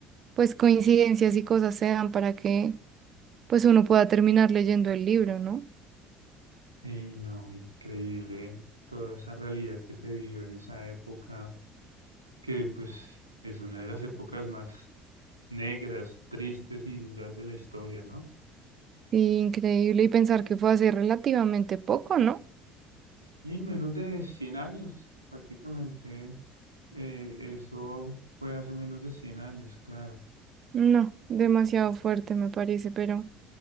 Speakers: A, on the right (about 40°); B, on the left (about 90°).
A: pues coincidencias y cosas se dan para que, pues uno pueda terminar leyendo el libro, ¿no?
B: Sí, no, increíble toda esa realidad que se vivió en esa época, que pues es una de las épocas más negras, tristes y duras de la historia, ¿no?
A: Y increíble y pensar que fue hace relativamente poco, ¿no?
B: Y menos de 100 años, prácticamente, eh, eso fue hace menos de 100 años, claro.
A: No, demasiado fuerte me parece, pero...